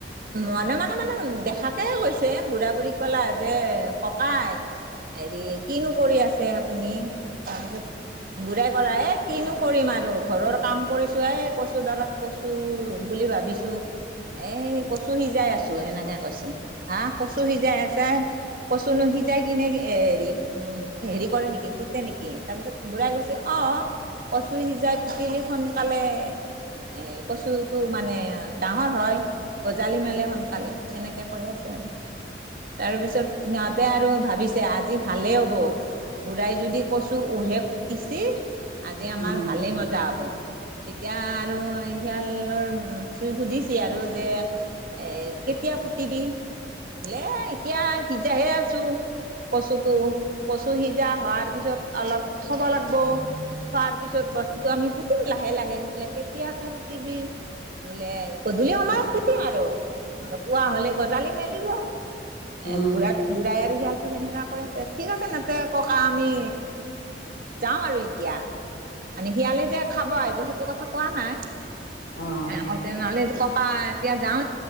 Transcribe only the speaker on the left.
উম
উম।
অ'